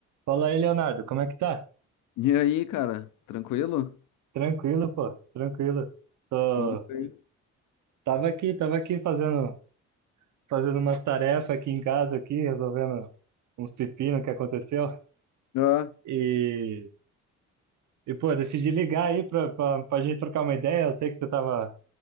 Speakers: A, on the right; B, on the left.
A: Fala aí, Leonardo, como é que tá?
B: E aí, cara, tranquilo?
A: Tranquilo, pô, tranquilo. Tô-
B: Tudo bem?
A: Tava aqui, tava aqui fazendo, fazendo umas tarefas aqui em casa, aqui, resolvendo uns pepinos que aconteceu.
B: Ah,
A: E, e pô, decidi ligar aí pra, pra, pra gente trocar uma ideia. Eu sei que você tava,